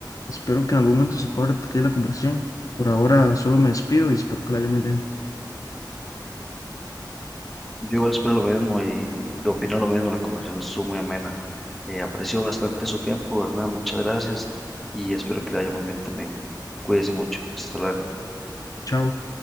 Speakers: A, on the left; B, in the centre.
A: Espero que en algún momento se pueda repetir la conversación. Por ahora solo me despido y espero que la haya muy bien.
B: Yo igual espero lo mismo y opino lo mismo. La conversación estuvo muy amena. Eh, aprecio bastante su tiempo, ¿verdad? Muchas gracias y espero que le vaya muy bien también. Cuídese mucho. Hasta luego.
A: Chao.